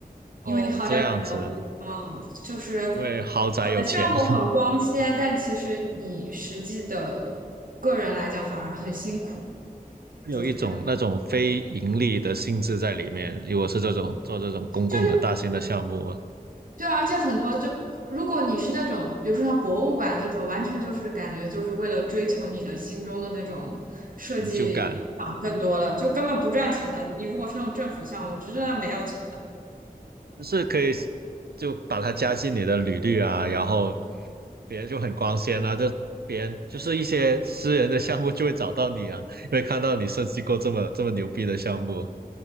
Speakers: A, on the right (about 60°); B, on the right (about 85°).
A: 因为你好点儿可能，
B: 哦这样子，
A: 嗯，就是我的项目很光鲜，
B: 因为豪宅有钱，<laughs>
A: 但其实你实际的个人来讲反而很辛苦，就是这样。
B: 有一种那种非盈利的性质在里面。如果是这种做这种公共的大型的项目嘛，
A: 就是对啊，而且很多就如果你是那种，比如说像博物馆那种，完全就是感觉就是为了追求你的心中的那种设计理想更多了，
B: 很就干。
A: 就根本不赚钱的。你如果是那种政府项目，直的没有钱的。
B: 就是可以就把它加进你的履历啊，然后别人就很光鲜啊，就别人就是一些私人的项目就会找到你啊，因为看到你设计过这么这么牛逼的项目，